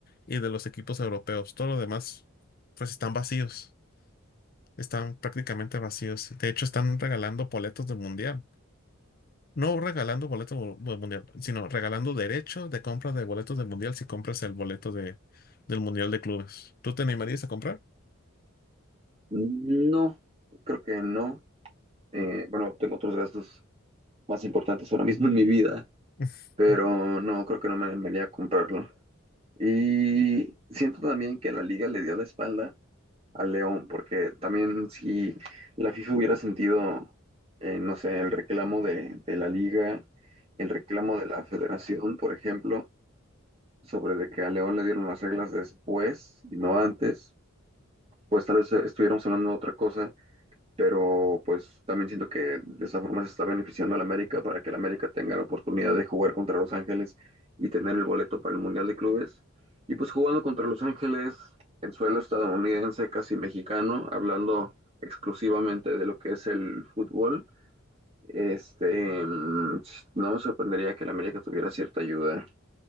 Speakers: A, on the left; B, on the right.
A: y de los equipos europeos. Todo lo demás, pues están vacíos, están prácticamente vacíos. De hecho, están regalando boletos del Mundial. No regalando boletos mu- del Mundial, sino regalando derechos de compra de boletos del Mundial si compras el boleto de, del Mundial de Clubes. ¿Tú te animarías a comprar?
B: No, creo que no. Eh, bueno, tengo otros gastos más importantes ahora mismo en mi vida,
A: <laughs>
B: pero no, creo que no me animaría a comprarlo. Y siento también que la liga le dio la espalda al León, porque también si la FIFA hubiera sentido, eh, no sé, el reclamo de, de la liga, el reclamo de la federación, por ejemplo, sobre de que a León le dieron las reglas después y no antes, pues tal vez estuviéramos hablando de otra cosa pero pues también siento que de esa forma se está beneficiando a la América para que la América tenga la oportunidad de jugar contra Los Ángeles y tener el boleto para el Mundial de Clubes. Y pues jugando contra Los Ángeles en suelo estadounidense, casi mexicano, hablando exclusivamente de lo que es el fútbol, este, mm, no me sorprendería que la América tuviera cierta ayuda.